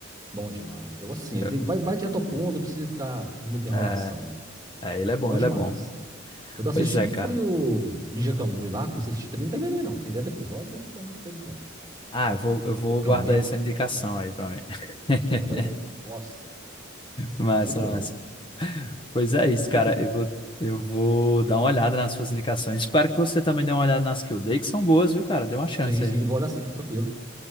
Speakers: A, on the right; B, on the left.
A: Bom demais. Eu gosto assim.
B: Eu-
A: eu tenho- Vai, vai direto ao ponto, não precisa ficar com muita enrolação.
B: É, é, ele é bom,
A: Bom
B: ele
A: demais.
B: é bom.
A: Eu tava
B: Pois
A: assistindo
B: é,
A: foi
B: cara.
A: o Ninja Kamui lá. Comecei a assistir também. Não terminei também, não. Tem 10 episódios, mas não terminei todos, não.
B: Ah, eu vou,
A: O
B: eu
A: Ninja
B: vou guardar
A: Kamui é
B: essa
A: muito
B: indicação
A: bom, né, velho.
B: aí pra mim. <laughs>
A: Ninja Kamui é bom. Nossa,
B: Massa,
A: muito bom.
B: massa. Pois é isso, cara.
A: que eu vou.
B: Eu vou, eu vou dar uma olhada nas suas indicações. Espero que você também dê uma olhada nas que eu dei, que são boas, viu, cara? Dê uma chance
A: Sim,
B: aí.
A: sim, vou olhar sim, tranquilo.